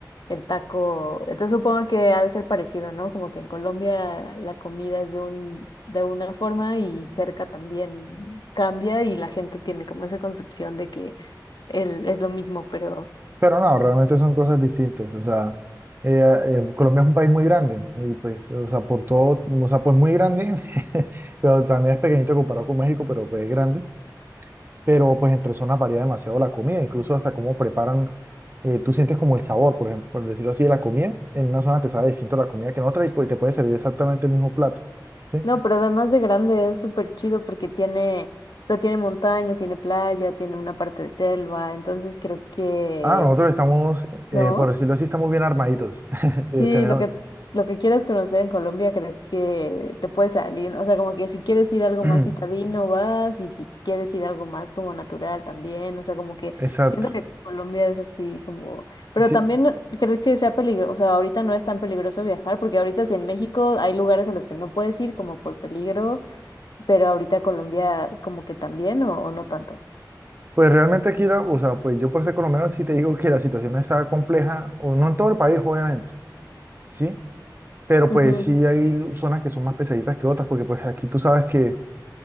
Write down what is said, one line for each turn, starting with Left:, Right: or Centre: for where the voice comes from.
Left: el taco. Entonces supongo que ha de ser parecido, ¿no? Como que en Colombia la comida es de un, de una forma y cerca también cambia y la gente tiene como esa concepción de que el, es lo mismo, pero
Right: Pero no, realmente son cosas distintas. O sea, eh, eh, Colombia es un país muy grande y pues, o sea, por todo, o sea, pues muy grande, <laughs> pero también es pequeñito comparado con México, pero pues es grande. Pero pues entre zonas varía demasiado la comida, incluso hasta cómo preparan, eh, tú sientes como el sabor, por ejemplo, por decirlo así, de la comida. En una zona te sabe distinto la comida que en otra y pues te puede servir exactamente el mismo plato, ¿sí?
Left: no, pero además de grande es súper chido porque tiene, o sea, tiene montaña, tiene playa, tiene una parte de selva, entonces creo que,
Right: Ah, nosotros estamos, eh,
Left: ¿no?
Right: por decirlo así, estamos bien armaditos. <laughs> Eh,
Left: Sí,
Right: tenemos,
Left: lo que, lo que quieras conocer en Colombia creo que te puede salir, o sea, como que si quieres ir algo
Right: <clears throat>
Left: más citadino vas y si quieres ir algo más como natural también, o sea, como que
Right: exacto.
Left: siento que Colombia es así como, pero
Right: Sí,
Left: también no- creo que sea peligroso, o sea, ahorita no es tan peligroso viajar porque ahorita sí en México hay lugares a los que no puedes ir como por peligro, pero ahorita Colombia como que también o, o no tanto.
Right: Pues realmente aquí, la- o sea, pues yo por ser colombiano sí te digo que la situación está compleja, o no en todo el país, obviamente, ¿sí? Pero
Left: Ujú,
Right: pues sí hay zonas que son más pesaditas que otras, porque pues aquí tú sabes que,